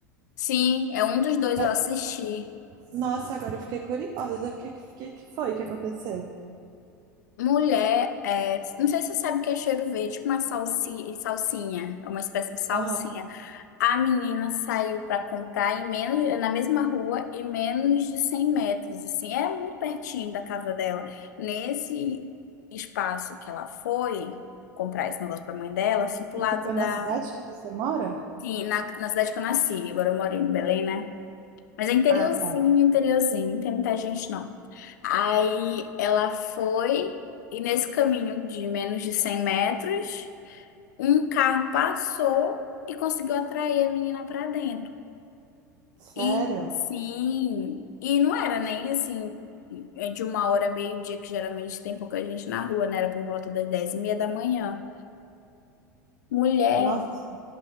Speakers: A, on the left; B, on the right.
A: Sim, é um dos dois
B: É,
A: eu assisti.
B: Nossa, agora eu fiquei curiosa. O que, que, que que foi que aconteceu?
A: Mulher, é, não sei se você sabe o que é cheiro verde, tipo uma salsi, salsinha, é uma espécie de salsinha.
B: Aham.
A: A menina saiu para comprar em menos, na mesma rua e menos de 100 metros, assim, é muito pertinho da casa dela. Nesse espaço que ela foi comprar esse negócio para mãe dela, assim, pro
B: Isso
A: lado
B: foi na
A: da,
B: cidade que você mora?
A: sim, na, na cidade que eu nasci, agora eu moro em Belém, né? Mas é interiorzinho,
B: Ah, tá.
A: interiorzinho, não tem muita gente não. Aí ela foi e nesse caminho de menos de 100 metros, um carro passou e conseguiu atrair a menina para dentro.
B: Sério?
A: E sim, e não era nem assim, é de uma hora, meio-dia, que geralmente tem pouca gente na rua, né? Era por volta das dez e meia da manhã. Mulher
B: Nossa.